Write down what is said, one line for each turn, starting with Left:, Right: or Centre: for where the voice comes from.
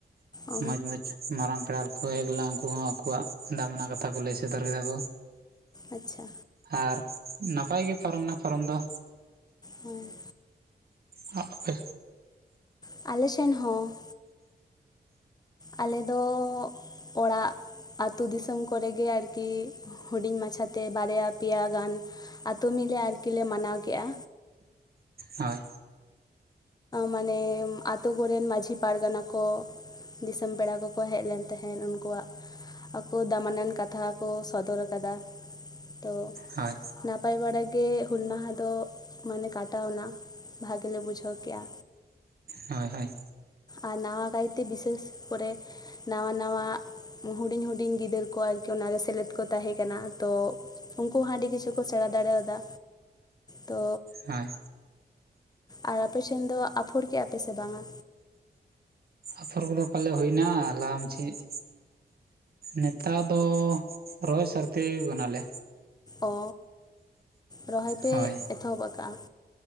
Left: ᱚ
Right: ᱢᱚᱸᱡᱻ ᱢᱚᱸᱢ, ᱢᱟᱨᱟᱝ ᱯᱮᱲᱟᱠᱚ ᱦᱮᱡ ᱞᱮᱱᱟ ᱩᱱᱠᱩ ᱦᱚᱸ ᱟᱠᱚᱣᱟᱜ ᱫᱟᱢᱱᱟ ᱠᱟᱛᱷᱟ ᱠᱚ, ᱞᱟᱹᱭ ᱥᱚᱫᱚᱨ ᱠᱮᱫᱟ ᱠᱚ,
Left: ᱟᱪᱪᱷᱟ᱾
Right: ᱟᱨ ᱱᱟᱯᱟᱭᱜᱤ ᱯᱟᱨᱚᱢᱮ ᱮᱱᱟ ᱯᱟᱨᱚᱢ ᱫᱚ,
Left: ᱦᱩᱸ᱾
Right: ᱦᱟ <unintelligible> ᱯᱮ
Left: ᱟᱞᱮ ᱥᱮᱱ ᱦᱚᱸ, ᱟᱞᱮ ᱫᱚ ᱚᱲᱟᱜ, ᱟᱹᱛᱩᱳ ᱫᱤᱥᱚᱢ ᱠᱚᱨᱮᱜᱮ ᱟᱨᱠᱤ ᱦᱩᱰᱤᱧ ᱢᱟᱪᱷᱟ ᱛᱮ ᱵᱟᱨᱭᱟ ᱯᱮᱭᱟ ᱜᱟᱱ ᱟᱛ ᱢᱤᱞᱮ ᱟᱨᱠᱤ ᱞᱮ ᱢᱟᱱᱟᱣ ᱠᱮᱜᱼᱟ,
Right: ᱦᱳᱭ,
Left: ᱢᱟᱱᱮ ᱟᱛᱳ ᱠᱚᱨᱮᱱ ᱢᱟᱹᱡᱷᱤ ᱯᱟᱨᱜᱟᱱᱟ ᱠᱚ, ᱫᱤᱥᱚᱢ ᱯᱮᱲᱟ ᱠᱚᱠᱚ ᱦᱮᱡ ᱞᱮᱱ ᱛᱟᱦᱮᱸᱫ ᱩᱱᱠᱩᱣᱟᱜ, ᱟᱠᱚ ᱫᱟᱢᱟᱱᱟᱱ ᱠᱟᱛᱷᱟ ᱠᱚ ᱥᱚᱫᱚᱨ ᱠᱟᱫᱟ ᱛᱚ
Right: ᱦᱳᱭ
Left: ᱱᱟᱯ ᱱᱟᱯᱟᱭ ᱵᱟᱲᱟ ᱜᱮ ᱦᱩᱞ ᱢᱟᱦᱟ ᱫᱚ ᱢᱟᱱᱮ ᱠᱟᱴᱟᱣ ᱱᱟ ᱵᱷᱟᱜᱮ ᱞᱮ ᱵᱩᱡᱷᱟᱹᱣ ᱠᱮᱫ, ᱠᱮᱜᱼᱟ,
Right: ᱦᱳᱭ ᱦᱳᱭ,
Left: ᱟᱨ ᱱᱟᱣᱟ ᱠᱟᱭᱛᱮ ᱵᱤᱥᱮᱥ ᱠᱚᱨᱮ ᱱᱟᱣᱟ ᱱᱟᱣᱟ ᱦᱩᱰᱤᱧ ᱦᱩᱰᱤᱧ ᱜᱤᱫᱟᱹᱨ ᱠᱚ ᱟᱨᱠᱤ ᱚᱱᱟᱨᱮ ᱥᱮᱞᱮᱫ ᱠᱚ ᱛᱟᱦᱮᱸ ᱠᱟᱱᱟ ᱛᱚ, ᱩᱱᱠᱩ ᱦᱚᱸ ᱟᱹᱰᱤ ᱠᱤᱪᱷᱩ ᱠᱚ ᱥᱮᱬᱟ ᱫᱟᱲᱮᱭᱟᱫᱟ ᱛᱚ
Right: ᱦᱳᱭ
Left: ᱟᱨ ᱟᱯᱮ ᱥᱮᱱ ᱫᱚ ᱟᱯᱷᱚᱨ ᱠᱮᱻᱟ ᱯᱮ ᱥᱮ ᱵᱟᱝᱟ?
Right: ᱟᱯᱷᱚᱨ ᱠᱚᱫᱚ ᱯᱟᱞᱮ ᱦᱩᱭᱱᱟ ᱞᱟ, <unintelligible> ᱱᱮᱛᱟᱨ ᱫᱚ ᱨᱚᱦᱚᱭ ᱥᱟᱹᱨᱫᱤᱣ ᱠᱟᱱᱟᱞᱮ,
Left: ᱚ ᱨᱚᱦᱚᱭ ᱯᱮ
Right: ᱦᱳᱭ
Left: ᱮᱛᱚᱦᱚᱵ ᱟᱠᱟᱜᱼᱟ,